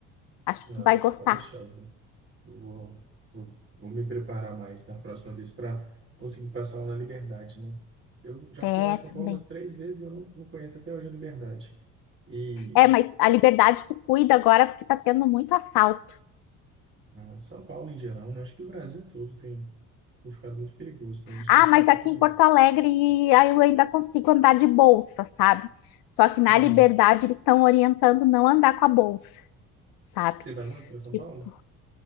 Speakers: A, on the left; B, on the right.
A: Acho que
B: Ah,
A: tu vai gostar.
B: pode deixar. Eu Vou, vou, vou me preparar mais na próxima vez para conseguir passar lá na Liberdade, né? Eu já
A: É,
B: fui lá em São
A: também.
B: Paulo umas três vezes, e eu não, não conheço até hoje a Liberdade. E
A: É, mas a Liberdade tu cuida agora porque tá tendo muito assalto.
B: ah, São Paulo em geral, né? Acho que o Brasil todo tem, tem ficado muito perigoso, né? A gente
A: Ah,
B: tem que
A: mas
B: passar
A: aqui
B: por.
A: em Porto Alegre aí eu ainda consigo andar de bolsa, sabe? Só que na
B: Uhum.
A: Liberdade eles estão orientando não andar com a bolsa, sabe?
B: Você vai muito para São
A: Tipo,
B: Paulo?